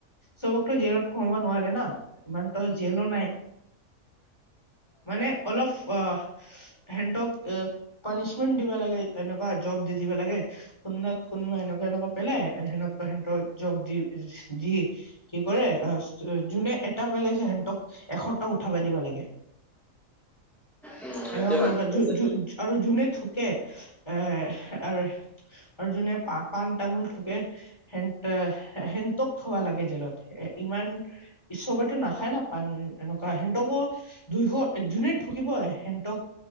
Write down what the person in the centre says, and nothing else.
উম
এইটো মানে
ঠিক আছে